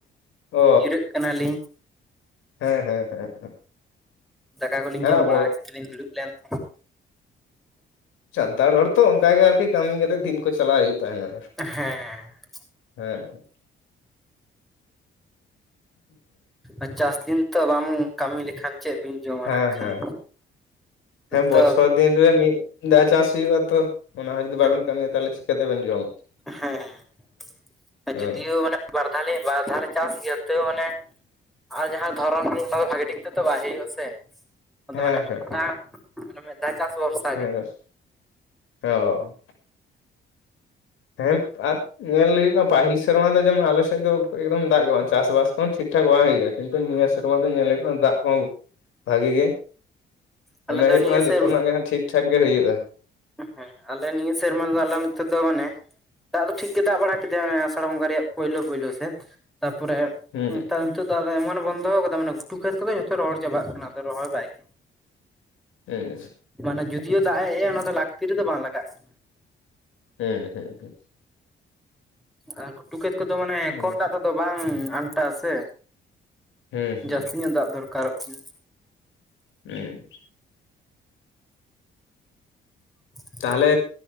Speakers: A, on the left (about 85°); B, in the centre.
A: ᱚ
B: ᱡᱤᱨᱟᱹᱜ ᱠᱟ ᱠᱟᱱᱟᱞᱤᱧ
A: ᱦᱮᱸ ᱦᱮᱸ ᱦᱮᱸ
B: ᱫᱟᱠᱟ ᱠᱚᱞᱤᱧ
A: ᱦᱮᱸ
B: ᱡᱚᱢ
A: ᱟᱵᱚ
B: ᱵᱟᱲᱟ ᱠᱮᱫ ᱛᱮᱞᱤᱧ ᱫᱩᱲᱩᱵᱽ ᱞᱮᱱ <unintelligible>
A: ᱥᱟᱱᱛᱟᱲ ᱦᱚᱲ ᱛᱚ ᱚᱱᱠᱟᱜᱮ ᱟᱨᱠᱤ ᱠᱟᱹᱢᱤ ᱠᱟᱛᱮᱜ ᱫᱤᱱ ᱠᱚ ᱪᱟᱞᱟᱣ ᱦᱩᱭᱩᱜ ᱛᱟᱦᱮᱱᱟ᱾
B: ᱦᱮᱸ
A: ᱦᱮᱸ <inaudible>
B: ᱟᱪᱟᱥ ᱫᱤᱱ ᱛᱚ ᱵᱟᱢ ᱠᱟᱢᱤ ᱞᱮᱠᱷᱟᱱ ᱪᱮᱜ ᱵᱤᱱ ᱡᱚᱢᱟ
A: ᱦᱮᱸ
B: ᱱᱟᱜ ᱠᱷᱟᱱ
A: ᱦᱮᱸ ᱦᱮᱸ
B: ᱛᱚ
A: ᱵᱚᱪᱷᱚᱨ ᱫᱤᱱ ᱨᱮ ᱢᱤᱫ ᱫᱟ ᱪᱟᱥ ᱦᱩᱭᱩᱜ ᱛᱚ ᱚᱱᱟ ᱦᱚᱸ ᱡᱩᱫᱤ
B: ᱦᱮᱸ
A: ᱵᱟᱵᱮᱱ ᱠᱟᱹᱢᱤᱭᱟ ᱛᱟᱦᱞᱮ ᱪᱤᱠᱟᱹ ᱛᱮᱵᱮᱱ ᱡᱚᱢᱟ᱾
B: ᱦᱮᱸ
A: ᱦᱮᱸ
B: ᱡᱩᱫᱤᱭᱳ ᱢᱟᱱᱮ ᱵᱟᱨ ᱫᱷᱟ ᱵᱟᱨ ᱫᱷᱟᱣ ᱞᱮ ᱪᱟᱥ ᱜᱮᱭᱟ ᱛᱟᱹᱣ ᱢᱟᱱᱮ ᱟᱨ ᱡᱟᱦᱟᱸ ᱫᱷᱚᱨᱚᱱ ᱦᱩᱲᱩ ᱚᱱᱟ ᱫᱚ ᱵᱷᱟᱜᱤ ᱴᱷᱤᱠ ᱛᱮ ᱛᱚ ᱵᱟᱭ ᱦᱩᱭᱩᱜ-ᱟ ᱥᱮ ᱟᱫᱚ
A: ᱦᱮᱸ
B: ᱢᱟᱱᱮ
A: ᱦᱮᱸ
B: ᱢᱮᱫᱽ ᱛᱟᱝ ᱢᱟᱱᱮ ᱢᱤᱫᱽ ᱫᱷᱟᱣ ᱪᱟᱥ ᱵᱚᱨᱥᱟ
A: ᱦᱮᱸ ᱚ ᱦᱮᱸ ᱟᱨ ᱧᱮᱞ ᱞᱩᱭᱩᱜ ᱠᱟᱱᱟ ᱯᱟᱹᱦᱤᱞ ᱥᱮᱨᱢᱟ ᱫᱚ ᱡᱮᱢᱚᱱ ᱟᱞᱮᱥᱮᱫ ᱫᱚ ᱮᱠᱫᱚᱢ ᱫᱟᱜᱽ ᱜᱮ ᱵᱟᱝ ᱪᱟᱥᱵᱟᱥ ᱠᱚᱦᱚᱸ ᱴᱷᱤᱠ ᱴᱷᱟᱠ ᱵᱟᱝ ᱦᱩᱭᱩᱜ-ᱟ, ᱠᱤᱱᱛᱩ ᱱᱤᱭᱟᱹ ᱥᱮᱨᱢᱟ ᱫᱚ ᱧᱮᱞ ᱦᱩᱭᱩᱜ ᱠᱟᱱᱟ ᱫᱟᱜᱽ ᱠᱚᱦᱚᱸ ᱵᱷᱟᱜᱮ ᱜᱮ
B: ᱟᱞᱮ
A: ᱢᱚᱱᱮ
B: ᱫᱚ
A: ᱦᱩᱭᱩᱜ
B: ᱱᱤᱭᱟᱹ
A: ᱠᱟᱱᱟ
B: ᱥᱮᱨ
A: ᱡᱚᱛᱚᱱᱟᱜ ᱜᱮ ᱦᱟᱸᱜ ᱴᱷᱤᱠ ᱴᱷᱟᱠ ᱜᱮ ᱦᱩᱭᱩᱜ-ᱟ᱾
B: ᱦᱮᱸ ᱟᱞᱮ ᱱᱤᱭᱟᱹ ᱥᱮᱨᱢᱟ ᱫᱚ ᱟᱞᱮ ᱱᱚᱛᱮ ᱫᱚ ᱢᱟᱱᱮ ᱫᱟᱜᱽ ᱫᱚ ᱴᱷᱤᱠ ᱜᱮ ᱫᱟᱜᱽ ᱵᱟᱲᱟ ᱠᱮᱫᱮᱭᱟ ᱚᱱᱮ ᱟᱥᱟᱲ ᱵᱚᱸᱜᱟ ᱨᱮᱭᱟᱜ ᱯᱩᱭᱞᱳ ᱯᱩᱭᱞᱳ ᱥᱮᱫ ᱛᱟᱯᱚᱨᱮ
A: ᱦᱩᱸ
B: ᱮᱛᱟᱝ ᱱᱤᱛᱳᱜ ᱫᱚ ᱟᱫᱚ ᱮᱢᱚᱱᱮ ᱵᱚᱱᱫᱚ ᱠᱟᱫᱟ ᱢᱟᱱᱮ ᱜᱷᱩᱴᱩ ᱠᱷᱮᱛ ᱠᱚᱫᱚ ᱡᱚᱛᱚ ᱨᱚᱦᱚᱲ ᱪᱟᱵᱟᱜ ᱠᱟᱱᱟ ᱨᱚᱦᱚᱭ ᱵᱟᱭ-
A: ᱩᱸ
B: ᱢᱟᱱᱮ ᱡᱩᱫᱤᱭᱳ ᱫᱟᱜᱽ ᱮ ᱟᱭ ᱚᱱᱟ ᱫᱚ ᱞᱟᱠᱛᱤ ᱨᱮᱫᱚ ᱵᱟᱝ ᱞᱟᱜᱟᱜ ᱠᱟᱱᱟ
A: ᱦᱩᱸ ᱦᱩᱸ ᱦᱩᱸ᱾
B: ᱟᱨ ᱜᱷᱩᱴᱩ ᱠᱷᱮᱛ ᱠᱚᱫᱚ ᱢᱟᱱᱮ
A: ᱦᱩᱸ
B: ᱠᱚᱢ ᱫᱟᱜᱽ ᱛᱮᱫᱚ ᱵᱟᱝ ᱟᱱᱴᱟᱜᱼᱟ ᱥᱮ᱾
A: ᱦᱩᱸ ᱦᱩᱸ
B: ᱡᱟᱹᱥᱛᱤ ᱧᱚᱜ ᱫᱟᱜᱽ ᱫᱚᱨᱠᱟᱨᱚᱜ ᱠᱟᱱᱟ
A: ᱦᱮᱸ,
B: <inaudible>
A: ᱛᱟᱦᱚᱞᱮ